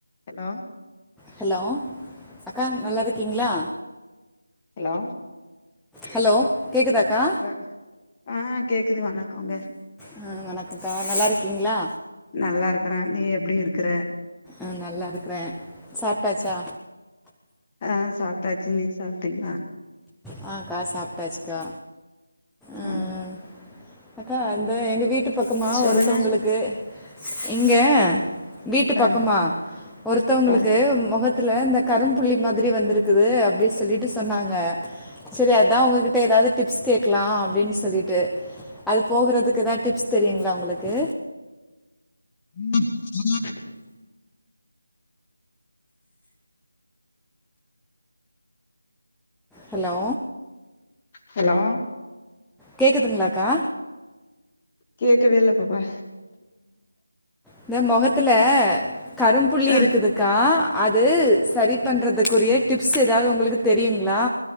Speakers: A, on the left (about 20°); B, in the centre.
A: hello
B: hello அக்கா நல்லாருக்கீங்களா
A: hello
B: hello கேக்குதாக்கா
A: ஹ ஆ கேக்குது வணக்கோங்க
B: அ வணக்கக்கா நல்லாருக்கீங்களா
A: நல்லாருக்கரே நீ எப்டி இருக்ற
B: அ நல்லாருக்கறே சாப்டாச்சா
A: அ சாப்பிட்டாச்சு நீ சாப்டீங்களா
B: அ அக்கா சாப்டாச்சுக்கா ம்
A: ஆ
B: அக்கா அந்த எங்க வீட் ட்டு பக்கமா
A: சொல்லுங்க
B: ஒருத்தவங்களுக்கு இங்க வீட்டு பக்கமா
A: ஆ
B: ஒருத்தவங்களுக்கு
A: ஆ
B: மொகத்துல இந்த கரும்புள்ளி மாதிரி வந்திருக்குது அப்டி சொல்லிட்டு சொன்னாங்க சேரி அதா உங்ககிட்ட எதாது டிப்ஸ் கேக்லா அப்டின்னு சொல்லிட்டு அது போகுறதுக்கு எதா டிப்ஸ் தெரியுங்களா உங்களுக்கு
A: ம் ம்
B: ஹலோ
A: ஹலோ
B: கேக்குதுங்ளாக்கா
A: கேக்கவே இல்ல பாப்பா
B: இந்த மொகத்துல கரும்புள்ளி
A: ஆ
B: இருக்குது க்கா அது சரி பண்றதுக்குரிய டிப்ஸ் ஏதாவது உங்களுக்கு தெரியுங்களா